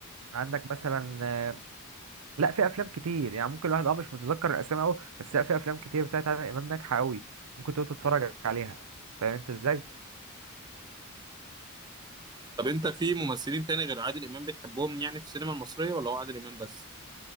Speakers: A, on the right; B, on the right.
A: عندك مثلا آه لا في افلام كتير يعني ممكن الواحد اه مش متذكر الاسامي قوي بس لا في افلام كتير بتاعت عادل امام ناجحه قوي ممكن تقعد تتفرج عليها فاهم انت ازاي
B: طب انت في ممثلين تاني غير عادل امام بتحبهم يعني في السينما المصريه ولا هو عادل امام بس